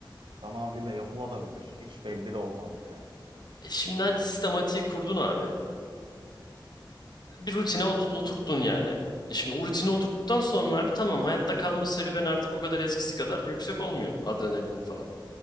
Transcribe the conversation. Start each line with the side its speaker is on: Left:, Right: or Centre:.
Right: Can Avli'yle yapılabilir. Hiç belli de olmaz yani.
Left: E şimdi hadi sistematiği kurdun abi. Bir rutine oldu- oturttun yani. E şimdi o rutine oturttuktan sonra abi tamam hayatta kalma serüveni artık o kadar eskisi kadar yüksek olmuyor adrenalin falan.